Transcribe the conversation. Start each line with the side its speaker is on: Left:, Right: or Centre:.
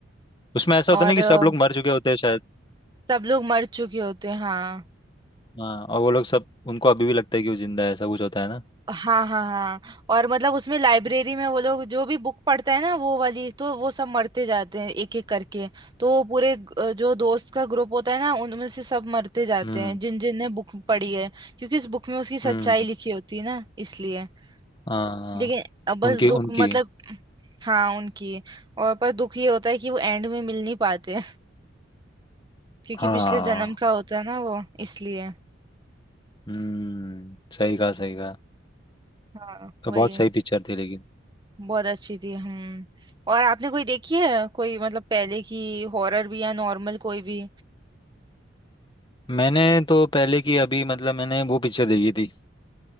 Left: उसमें ऐसा
Right: और
Left: होता है ना कि सब लोग मर चुके होते हैं शायद
Right: सब लोग मर चुके होते हैं हाँ
Left: हाँ और वो लोग सब उनको अभी भी लगता है कि वो जिंदा है ऐसा कुछ होता है ना
Right: हाँ हाँ हाँ और मतलब उसमें लाइब्रेरी में वो लोग जो भी बुक पढ़ता है ना वो वाली तो वो सब मरते जाते हैं एक एक करके तो वो पूरे ग- अ, जो दोस्त का ग्रुप होता है ना उनमें से सब मरते जाते
Left: हम्म
Right: हैं जिन जिन ने बुक पढ़ी है क्योंकि उस बुक में उसकी सच्चाई
Left: हम्म
Right: लिखी होती है ना इसलिए
Left: हाँ
Right: लेकिन अ, बस
Left: उनकी
Right: दुख
Left: उनकी
Right: मतलब हाँ उनकी और पर दुख ये होता है कि वो एंड में मिल नहीं पाते <laughs> क्योंकि
Left: हाँ
Right: पिछले जन्म का होता है ना वो इसलिए
Left: हम्म सही कहा सही कहा
Right: हाँ
Left: तो
Right: वही
Left: बहुत सही पिक्चर थी लेकिन
Right: बहुत अच्छी थी हम्म और आपने कोई देखी है कोई मतलब पहले की हॉरर भी या नॉर्मल कोई भी
Left: मैंने तो पहले की अभी मतलब मैंने वो पिक्चर देखी थी